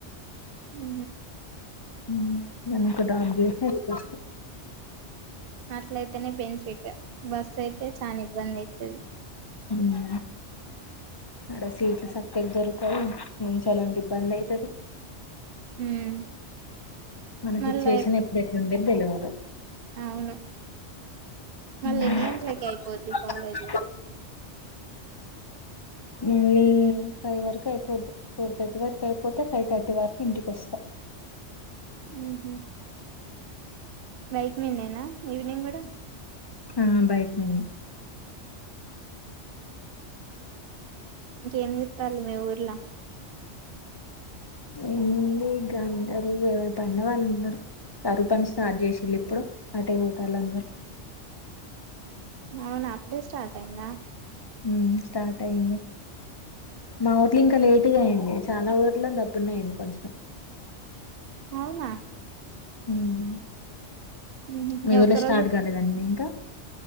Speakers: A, on the right; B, on the left.
A: మ్మ్ హ్
B: ఉమ్ నన్ అక్కడ్ డ్రాప్ జెస్ అస్తడు
A: అట్లయితేనే బెనిఫిట్ బస్ అయితే చాన ఇబ్బందైతది
B: ఉమ్మ్ అడ సీట్లు సక్కగ్ దొరుకవు నుంచోలాంటి ఇబ్బంద్ అయితది
A: ఉమ్
B: మన
A: మళ్ళా
B: సిచ్యువేషన్ ఎప్పుడు ఏట్లుండేదో తెల్వదు
A: అవును మల్లేన్ని
B: ఉమ్.
A: గంటలక్ అయిపోద్ది కాలేజ్
B: మ్మ్ లే ఫై ఫై వరక అయిపోద్ది ఫోర్ థర్టీ వరకు అయిపోతే ఫై థర్టీ వరకు ఇంటికొస్తా
A: మ్మ్ హు బైక్ మీన్నేనా ఈవినింగ్ కూడ
B: ఆ బైక్ మీన్నే
A: ఇంకేం చెత్తాళ్ళు మీ ఊర్లా
B: ఏంది గుంటరు ఎవరి పన్ల వాళ్ళున్నరు కరుపని స్టార్ట్ చేసిల్లిప్పుడు అటే పోతాల్ అందరూ
A: అవున అప్పుడే స్టార్ట్ అయింద
B: మ్ స్టార్ట్ అయింది మా ఊర్లింక లేటుగాయంది చాలా ఊర్ల దబ్బునైంది కొంచం
A: అవ్నా
B: మ్
A: ఉహు
B: మీ
A: ఈ
B: ఊర్ల
A: ఒక్క
B: స్టార్ట్
A: రోజు
B: కాలేదంట్నా ఇంకా